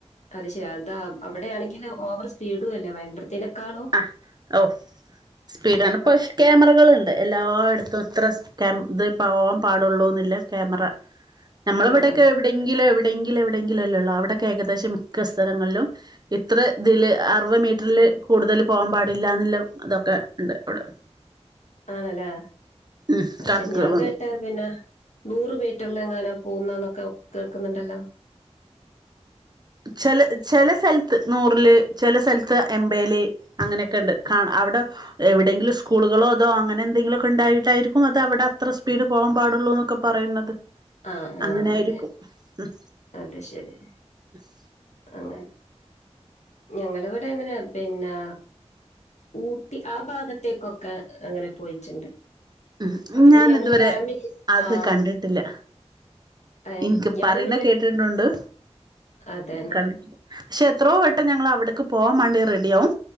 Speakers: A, on the left; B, on the right.
A: അത് ശെ അതാ അവിടെയാണെങ്കില് ഓവറ് സ്പീഡും അല്ല വയ്മ്പരത്തേനെക്കാളും
B: ആ ഓ സ്പീഡാണ് ഇപ്പഷ്
A: അപ്
B: ക്യാമറകള് ഇണ്ട് എല്ലാട്ത്തുംത്ര ക്യാമ ഇത് പവോൻ പാടുള്ളൂന്നില്ല ക്യാമറ നമ്മള ഇവിടക്കെ
A: ആഹ് ആഹ്
B: ടെങ്കിലും എവിടെങ്കിലും എവിടെങ്കിലുംല്ലേള്ളാ അവിടെക്കെ ഏകദേശം മിക്ക സ്ഥലങ്ങളിലും. ഇത്ര ഇതില് അറുവത് മീറ്റർല് കൂട്തൽ പോവാൻ പാടില്ല ന്ന്ല്ലാ ഇതൊക്കെ ഇണ്ട് അവടെ
A: അങ്ങനല്ലേ
B: ഉം
A: അഹ്
B: കണക്കുകളുണ്ട്
A: ശരി ഞാൻ കേട്ട് പിന്നെ നൂറ് മീറ്ററില് എങ്ങാനും. പോവ്ന്ന്ന്നൊക്കെ കേക്ക്ന്ന്ണ്ടല്ലോ
B: ചെല ചെല സെൽ ത്ത് നൂറില് ചെല സ്ഥലത്ത് എംപല് അങ്ങനെക്കെ ഇണ്ട് കാണ അവടെ എവിടെങ്കിലും സ്കൂളുകളോ അതോ അങ്ങനെ എന്തെങ്കിലും ഒക്കെ ഉണ്ടായിട്ടായിരിക്കും. അത് അവടെ അത്ര സ്പീഡ് പോവാൻ പാടൊള്ളൂന്നൊക്കെ പറയ്ന്നത്.
A: ആഹ് ആഹ്
B: അങ്ങനായിരിക്കും.
A: അതെ
B: ഉം
A: അത് ശെരി
B: <inaudible>
A: അ ഞങ്ങളിവിടെ അങ്ങനെ പിന്നെ ഊട്ടി ആ ഭാഗത്തേക്കൊക്കെ അങ്ങനെ പോയിട്ടുണ്ട്.
B: ഉ
A: അത് പിന്നെ
B: ഞാൻ
A: ഞങ്ങള്
B: ഇതുവരെ
A: ഫാമിലി
B: അത്
A: ആഹ്
B: കണ്ടിട്ടില്ല.
A: ഏഹ്
B: ഇനിക്ക്
A: ഞാന്
B: പറയുന്ന
A: പിന്നെ
B: കേട്ടിട്ടുണ്ട്
A: അതന്നെ.
B: കണ്ടിട്ട പക്ഷെ എത്രയോ വട്ടം ഞങ്ങൾ അവിടക്ക് പോകാൻ വേണ്ടി റെഡിയവും.